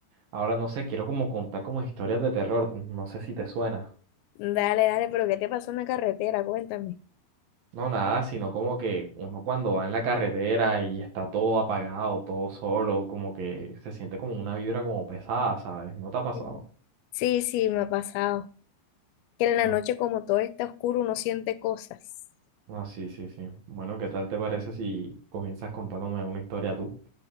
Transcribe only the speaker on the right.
ahora no sé, quiero como contar como historias de terror. No sé si te suena.
No, nada, sino como que uno cuando va en la carretera y está todo apagado, todo solo, como que se siente como una vibra como pesada, ¿sabes? ¿No te ha pasado?
Ma-
No, sí, sí, sí. Bueno, ¿qué tal te parece si comienzas contándome una historia tú?